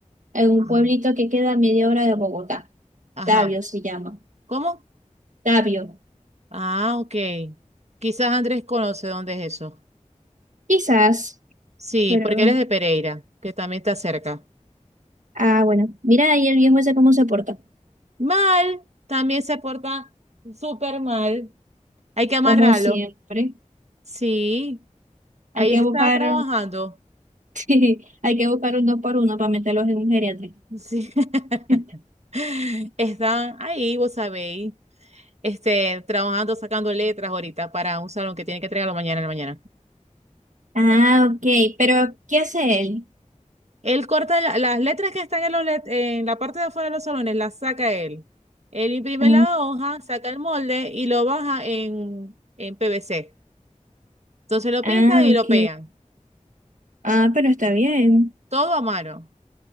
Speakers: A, on the right; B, on the right.
A: en un
B: Ajá.
A: pueblito que queda a media hora de Bogotá.
B: Ajá.
A: Tabio se llama.
B: ¿Cómo?
A: Tabio.
B: Ah, ok. Quizás Andrés conoce dónde es eso.
A: Quizás,
B: Sí,
A: pero
B: porque eres de Pereira, que también está cerca.
A: Ah, bueno, mira ahí el viejo ese cómo se porta,
B: Mal, también se porta súper mal. Hay que amarrarlo.
A: como siempre.
B: Sí, ahí
A: Hay que
B: está
A: buscar,
B: trabajando.
A: <laughs> sí, hay que buscar un dos por uno para meterlos en un geriatra.
B: Sí. <laughs>
A: <laughs>
B: Están ahí, vos sabéis, este, trabajando, sacando letras ahorita para un salón que tiene que entregarlo mañana en la mañana.
A: Ah, ok, pero ¿qué hace él?
B: Él corta la- las letras que están en, los let- en la parte de afuera de los salones, las saca él. Él imprime
A: Ah,
B: la hoja, saca el molde y lo baja en, en PVC. Entonces lo pintan
A: ah,
B: y
A: ok.
B: lo pegan.
A: Ah, pero está bien,
B: Todo a mano.